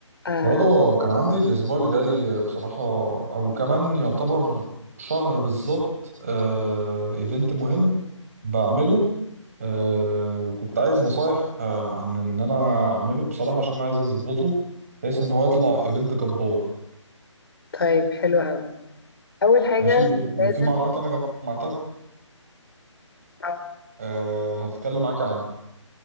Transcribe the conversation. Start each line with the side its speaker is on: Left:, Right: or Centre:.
Left: آه
Right: رضا كان عندي الأسبوع اللي جاي بصراحة أو كمان يعتبر شهر بالظبط آه، إيفنت مهم بعمله آه، وكنت عايز نصايح آه، عن إن أنا أعمله بصراحة عشان عايز أظبطه بحيث إن هو يطلع إيفنت جبار
Left: طيب حلو قوي اول حاجه
Right: ماشي وفي
Left: لازم
Right: معلومات أنا جمعتها
Left: اه
Right: آه، هتكلم معاكي عنها